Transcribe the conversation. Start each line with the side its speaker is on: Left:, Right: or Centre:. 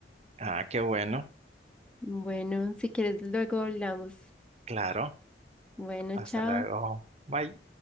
Right: Ah, qué bueno.
Centre: Bueno, si quieres, luego hablamos.
Right: Claro.
Centre: Bueno,
Right: Hasta
Centre: chao.
Right: luego. Bye.